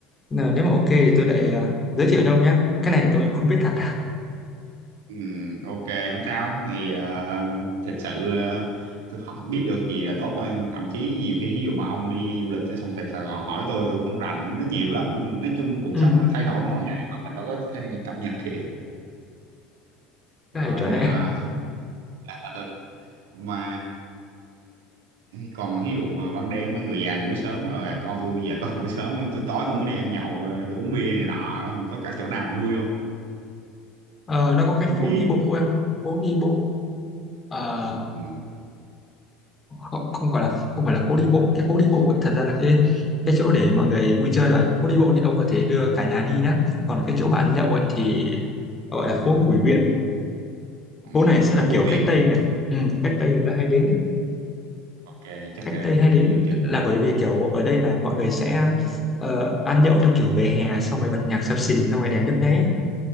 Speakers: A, on the left; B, on the right.
A: Ờ, nếu mà ok thì
B: Ừ.
A: tôi lại ờ, giới thiệu cho ông nhé cái này tôi cũng không biết thật
B: Ừ, ok không sao thì ờ, thực sự ờ, tôi hỏi, biết được gì là tốt thôi thậm chí nhiều khi ví dụ mà ông đi du lịch ở sông Sài Sài Gòn hỏi tôi tôi cũng rành nó nhiều lắm nói chung cuộc
A: ừ.
B: sống nó thay đổi mỗi ngày mà mình đâu có theo kịp cập nhật kịp rồi
A: cái này trở nên
B: ờ, <laughs> ừ, mà còn ví dụ mà ban đêm mấy người già ngủ sớm rồi con tôi giờ con <laughs> ngủ sớm tôi tối tôi muốn đi ăn nhậu ờ, uống bia này nọ có cả chỗ nào vui không
A: ờ, nó có cái
B: uống bia
A: phố đi bộ em phố đi bộ ờ,
B: ừ.
A: không, không phải là không phải là phố đi bộ cái phố đi bộ ấy, thật ra là cái cái chỗ để mọi người vui chơi rồi phố đi bộ thì ông có thể đưa
B: à,
A: cả nhà đi nhá còn cái chỗ mà ăn nhậu ấy thì gọi là phố Bùi Viện
B: Ừ,
A: phố này sẽ
B: phố
A: là
B: Phù
A: kiểu
B: Viện
A: khách Tây này ừ, khách Tây người ta hay đến ấy.
B: ok chắc
A: khách
B: là
A: Tây
B: <laughs>
A: hay
B: tham
A: đến
B: dự chơi
A: là bởi vì kiểu ở đây là mọi người sẽ ờ, ăn nhậu theo kiểu về hè xong rồi bật nhạc sập sình xong rồi đèn nhấp nháy